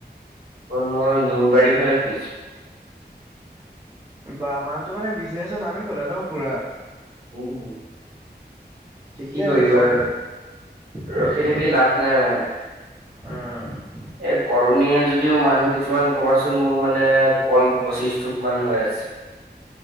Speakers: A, on the right; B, on the right.
A: অ মই নৰবাৰীৰ ফালে খুলিছোঁ।
B: বা মানটো মানে বিজনেচত নামি গ'লে ন পুৰা।
A: উম।
B: ঠিকে
A: কি কৰিবা
B: আছে চব সেইটোৱেতো
A: ৰখি থাকি লাভ নাই মানে।
B: উম।
A: এ কল নিয়ে যদিও মানুহ কিছুমান কবাচোন মোৰ মানে কল পঁচিশ ঠোক মান হয়। আচ্ছা।